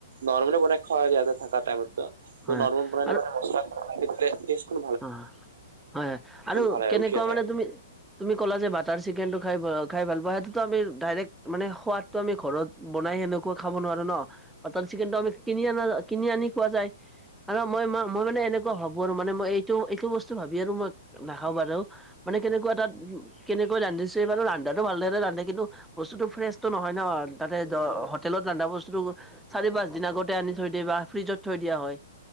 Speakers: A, on the right; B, in the centre.
A: নৰ্মেলে বনাই খোৱা যতে থাকাৰ টাইমত ন <unintelligible>
B: হয় হয় আৰু
A: ষ্টেটখন
B: অ হয় হয় আৰু
A: ভাল
B: কেনেকুৱা
A: উঠি আহে
B: মানে
A: আৰু
B: তুমি তুমি কলা যে বাটাৰ চিকেন টো খাই খাই ভাল পোৱা, সেইটোতো আমি ডাইৰেক্ট মানে সোৱাদটো আমি ঘৰত বনাই সেনেকুৱা খাব নোৱাৰো ন? বাটাৰ চিকেনটো আমি কিনি আনা কিনি আনি খোৱা যায়। আৰু মই ম মই মানে এনেকুৱা ভাবো আৰু মানে মই এইটো এইটো বস্তু ভাবি আৰু মই নাখাওঁ বাৰু। মানে কেনেকুৱা তাত কেনেকৈ ৰান্ধিছে বাৰু ৰান্ধাটো ভালদৰে ৰান্ধে কিন্তু বস্তুতটো ফ্ৰেছটো নহয় ন? তাতে হোটেলত ৰন্ধা বস্তুটো চাৰি পাঁচ দিন আগতে আনি থৈ দিয়ে বা ফ্ৰিজত থৈ দিয়া হয়।